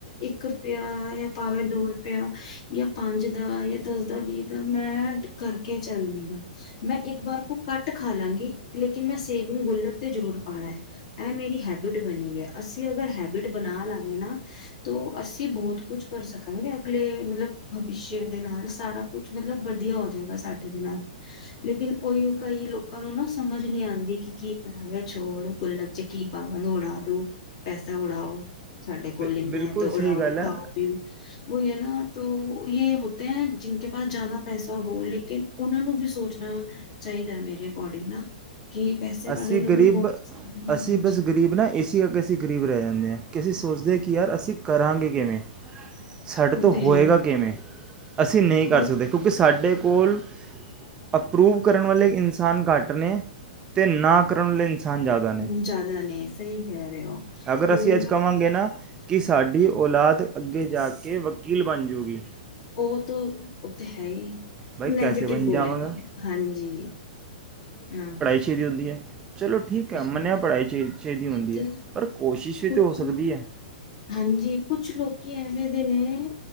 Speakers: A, on the left; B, on the right.
A: ਇੱਕ ਰੁਪਇਆ ਜਾਂ ਭਾਵੇਂ ਦੋ ਰੁਪਇਆ ਜਾਂ ਪੰਜ ਦਾ ਜਾਂ ਦਸ ਦਾ ਵੀਹ ਦਾ ਮੈਂ ਕਰਕੇ ਚੱਲਦੀ ਆਂ, ਮੈਂ ਇੱਕ ਵਾਰ ਉਹ ਕੱਟ ਖਾ ਲਵਾਂਗੇ ਲੇਕਿਨ ਮੈਂ ਸੇਵਿੰਗ ਗੁੱਲਕ ਤੇ ਜ਼ਰੂਰ ਪਾਣਾ ਹੈ, ਇਹ ਮੇਰੀ ਹੈਬਿਟ ਬਣੀ ਹੋਈ ਅਸੀਂ ਅਗਰ ਹੈਬਿਟ ਬਣਾ ਲਾਂਗੇ ਨਾ ਤੋ ਅਸੀਂ ਬਹੁਤ ਕੁਝ ਕਰ ਸਕਾਂਗੇ ਅਗਲੇ ਮਤਲਬ ਭਵਿਸ਼ਯ ਦੇ ਨਾਲ ਸਾਰਾ ਕੁਛ ਮਤਲਬ ਵਧੀਆ ਹੋ ਜਾਏਗਾ ਸਾਡੇ ਦੇ ਨਾਲ ਲੇਕਿਨ ਉਹੀ ਕਈ ਲੋਕਾਂ ਨੂੰ ਨਾ ਸਮਝ ਨੀ ਆਂਦੀ ਕਿ ਕੀ ਕਰਾਂਗੇ ਛੋੜ ਗੁੱਲਕ ਚ ਕੀ ਪਾਵਾਂਗੇ ਉਡਾ ਦੋ ਪੈਸਾ ਉਡਾਓ। ਸਾਡੇ ਕੋਲ
B: ਬਿ-
A: ਇੰਨਾ
B: ਬਿਲਕੁਲ
A: ਹੈ ਤੇ ਉਡਾਓ
B: ਸਹੀ ਗੱਲ
A: ਖਾਓ-
B: ਹੈ
A: ਪੀਓ। ਉਹੀ ਹੈ ਨਾ ਤੋ ਯਹ ਹੋਤੇ ਹੈ ਜਿਨਕੇ ਪਾਸ ਜ਼ਿਆਦਾ ਪੈਸਾ ਹੋ ਲੇਕਿਨ ਉਹਨਾਂ ਨੂੰ ਵੀ ਸੋਚਣਾ ਚਾਹੀਦਾ ਮੇਰੇ ਅਕੋਰਡਿੰਗ ਨਾ। ਕਿ ਪੈਸੇ ਵਾਲੇ
B: ਅਸੀਂ
A: ਨੂੰ
B: ਗਰੀਬ
A: ਵੀ ਬਹੁਤ ਸੇਵਿੰਗ
B: ਅਸੀਂ
A: ਹਾਂਜੀ
B: ਬਸ ਗਰੀਬ ਨਾ ਇਸੇ ਕਰਕੇ ਅਸੀਂ ਗਰੀਬ ਰਹਿ ਜਾਂਦੇ ਹਾਂ। ਕਿਸੀ ਸੋਚਦੇ ਕਿ ਯਾਰ ਅਸੀਂ ਕਰਾਂਗੇ ਕਿਵੇਂ। ਸਾਡੇ
A: ਉਹ
B: ਤੋਂ
A: ਤੇ
B: ਹੋਏਗਾ
A: ਹੈ
B: ਕਿਵੇਂ। ਅਸੀਂ ਨਹੀਂ ਕਰ
A: ਉਹੀ
B: ਸਕਦੇ ਕਿਉਂਕਿ ਸਾਡੇ ਕੋਲ ਅਪਰੂਵ ਕਰਨ ਵਾਲੇ ਇਨਸਾਨ ਘੱਟ ਨੇ। ਤੇ ਨਾ। ਕਰਨ ਵਾਲੇ ਇਨਸਾਨ ਜ਼ਿਆਦਾ ਨੇ
A: ਜ਼ਿਆਦਾ ਨੇ ਸਹੀ ਕਹਿ ਰਹੇ ਹੋ
B: ਅਗਰ
A: ਹੋ
B: ਅਸੀਂ ਅੱਜ
A: ਨਾ।
B: ਕਵਾਂਗੇ ਨਾ ਕਿ ਸਾਡੀ ਔਲਾਦ ਅੱਗੇ ਜਾ ਕੇ ਵਕੀਲ ਬਣ ਜਾੂਗੀ
A: ਉਹ ਤਾਂ ਉਥੇ ਹੈ ਹੀ
B: ਬਾਈ
A: ਨੈਗੇਟਿਵ
B: ਕੈਸੇ ਬਣ
A: ਬੋਲੇਗਾ
B: ਜਾਵਾਂਗਾ
A: ਹਾਂਜੀ ਹਾਂ।
B: ਅੱਛੀ ਦੀ ਹੁੰਦੀ ਹੈ। ਚਲੋ ਠੀਕ ਮੰਨਿਆ
A: ਹੈ
B: ਪੜ੍ਹਾਈ ਚਾਹੀ ਚਾਹੀਦੀ ਹੁੰਦੀ
A: ਤੇ
B: ਹੈ ਪਰ ਕੋਸ਼ਿਸ਼ ਵੀ
A: ਕੁਛ
B: ਤਾਂ ਹੋ ਸਕਦੀ ਹੈ
A: ਹਾਂਜੀ ਕੁੱਛ ਲੋਕੀ ਐਵੇਂ। ਨੇ